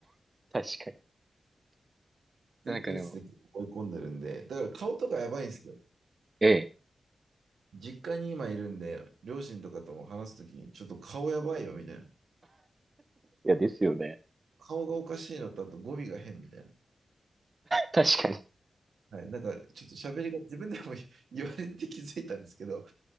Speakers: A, on the right (about 20°); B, on the right (about 85°).
A: 確かに。
B: っていうペースで結構追い込んでるんで、
A: なんかでも、
B: だから顔とかやばいんですよ。
A: ええ、
B: 実家に今いるんで、両親とかとも話すときに、ちょっと顔やばいよ、みたいな。
A: いや、ですよね。
B: 顔がおかしいのと、あと語尾が変みたいな。
A: 確かに。
B: はい。なんか、ちょっと喋りが自分でも <laughs> 言われて気づいたんですけど、